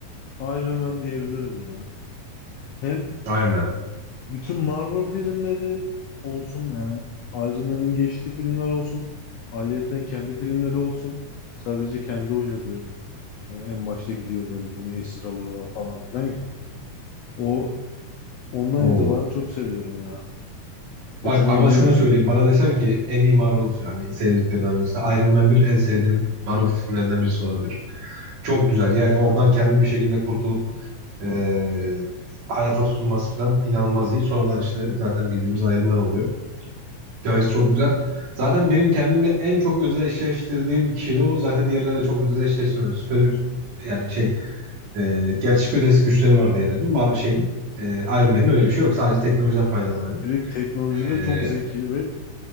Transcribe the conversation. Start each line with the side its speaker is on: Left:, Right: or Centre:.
Left: Iron Man diyebilirim ya. Hem
Right: Iron Man.
Left: bütün Marvel filmleri olsun yani Iron Man'in geçtiği filmler olsun. Ayrıyeten kendi filmleri olsun. Sadece kendi oynadığı. Yani en başta gidiyor böyle bunu esir alıyorlar falan filan ya. O ondan
Right: Oo.
Left: itibaren çok seviyorum ya. Hoşuma
Right: Bak ama
Left: gidiyor
Right: şunu
Left: yani.
Right: söyleyeyim. Bana desen ki en iyi Marvel yani sevdiklerinden birisi. Iron Man bir en sevdiğim Marvel filmlerinden birisi olabilir. Çok güzel. Yani oradan kendi bir şekilde kurtulup eee, hayata tutunması falan inanılmaz iyi. Sonradan işte zaten bildiğimiz ayrımlar oluyor. Hikayesi çok güzel. Zaten benim kendimle en çok özdeşleştirdiğim kişi de o. Zaten diğerlerle çok özdeşleştirmiyorum. Süper üst- yani şey eee gerçek ötesi güçleri var diğerlerinin. Var şeyin eee Iron Man'in öyle bir şey yok. Sadece teknolojiden faydalanıyor.
Left: Direkt teknoloji
Right: Eee,
Left: ve çok zeki ve